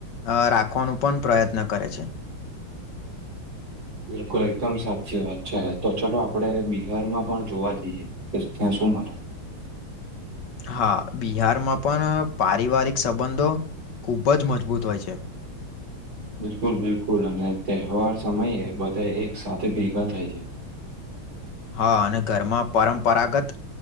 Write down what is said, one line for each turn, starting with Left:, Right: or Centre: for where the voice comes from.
Left: અ રાખવાનું પણ પ્રયત્ન કરે છે
Right: બિલકુલ એકદમ સાચી વાત છે તો ચાલો આપડ બિહારમાં પણ જોવા જઈએ ત્યાં સુ શ મા
Left: હા બિહારમાં પણ પારિવારિક સંબંધો ખૂબ જ મજબૂત હોય છે
Right: બિલકુલ બિલકુલ અને તહેવાર સમયે બધા એક સાથે ભેગા થાય છે <unintelligible>
Left: હા અને ઘરમાં પરંપરાગત